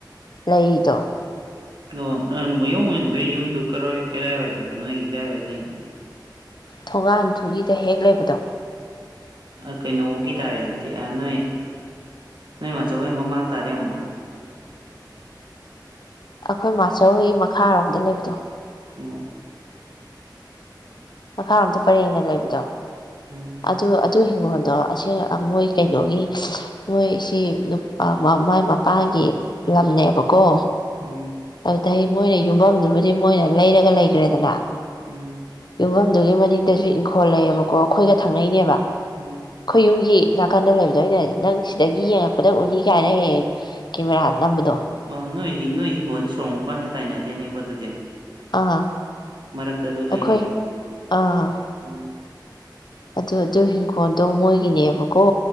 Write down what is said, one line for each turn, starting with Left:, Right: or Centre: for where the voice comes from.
Left: ꯂꯩꯗꯣ
Right: ꯑꯣ ꯅ ꯌꯑꯣꯡ ꯏꯟꯕꯩ ꯌꯨꯝꯗꯨ ꯀꯔꯥꯏꯋꯥꯏꯗꯅꯣ ꯅꯣꯏꯒꯤ ꯀꯥꯏꯋꯥꯏ ꯂꯩꯅꯣ
Left: ꯊꯣꯡꯒꯥꯟꯗꯨꯒꯤꯗ ꯍꯦꯛ ꯂꯩꯕꯗꯣ
Right: ꯀꯩꯅꯣꯒꯤ ꯇꯥꯔꯦꯗꯤ ꯅꯣꯏ ꯅꯣꯏ ꯃꯆꯧ ꯍꯣꯏ ꯃꯃꯥꯡ ꯇꯥꯔꯦ ꯑꯃꯨꯛ
Left: ꯑꯩꯈꯣꯏ ꯃꯥꯆꯧ ꯍꯣꯏꯒꯤ ꯃꯈꯥꯔꯣꯝꯗ ꯂꯩꯕꯗꯣ
Right: ꯑꯣ
Left: ꯃꯈꯥꯔꯣꯝꯇ ꯄꯔꯦꯡꯅ ꯂꯩꯕꯗꯣ
Right: ꯎꯝ
Left: ꯑꯗꯨ ꯑꯗꯨ ꯍꯤꯡꯒꯣꯜꯗꯣ ꯑꯁꯦꯡ ꯃꯣꯏ ꯀꯩꯅꯣꯒꯤ ꯃꯣꯏꯁꯤ ꯃꯥꯏ ꯃꯄꯥꯟꯒꯤ ꯂꯝꯅꯦꯕꯀꯣ
Right: ꯎꯝ
Left: ꯑꯗꯩ ꯃꯣꯏꯅ ꯌꯨꯝꯐꯝꯗꯨꯕꯨꯗꯤ ꯃꯣꯏꯅ ꯂꯩꯔꯒ ꯂꯩꯈ꯭ꯔꯦꯗꯅ
Right: ꯎꯝ
Left: ꯌꯨꯝꯐꯝꯗꯨꯒꯤ ꯃꯅꯤꯡꯗꯁꯨ ꯏꯪꯈꯣꯜ ꯂꯩꯌꯦꯕꯀꯣ ꯑꯩꯈꯣꯏꯒ ꯊꯪꯅꯩꯅꯦꯕ
Right: ꯎꯝ
Left: ꯈꯣꯏ ꯌꯨꯝꯒꯤ ꯅꯥꯀꯟꯗ ꯂꯩꯕꯗꯣ ꯑꯣꯏꯅ ꯅꯪ ꯁꯤꯗꯒꯤ ꯌꯦꯡꯉꯛꯄꯗ ꯎꯅꯤ ꯀꯥꯏꯅ ꯍꯦꯛ ꯍꯦꯛ ꯀꯦꯃꯦꯔꯥ ꯅꯝꯕꯗꯣ
Right: ꯑꯣ ꯅꯣꯏ ꯅꯣꯏ ꯍꯤꯡꯒꯣꯜꯗꯤ ꯁꯣꯔꯣꯡ ꯃꯄꯥꯟꯒ ꯇꯥꯏꯅꯗꯦꯅꯦꯀꯣ ꯑꯗꯨꯗꯤ
Left: ꯑꯥ
Right: ꯃꯔꯛꯇ ꯑꯗꯨ ꯂꯩꯔꯤꯑꯕ
Left: ꯑꯩꯈꯣꯏ ꯑꯥ
Right: ꯎꯝ
Left: ꯑꯗꯨ ꯑꯗꯨ ꯍꯤꯡꯈꯣꯜꯗꯣ ꯃꯣꯏꯒꯤꯅꯦꯕꯀꯣ